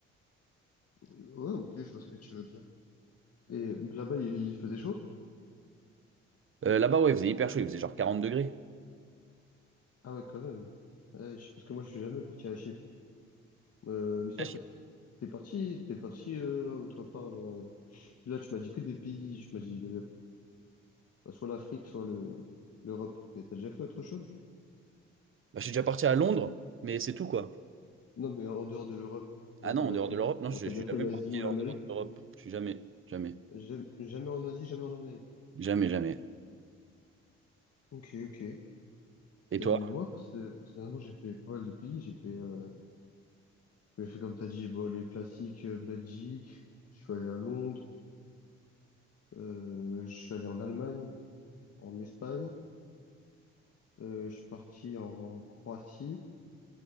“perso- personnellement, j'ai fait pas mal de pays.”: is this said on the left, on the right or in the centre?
Left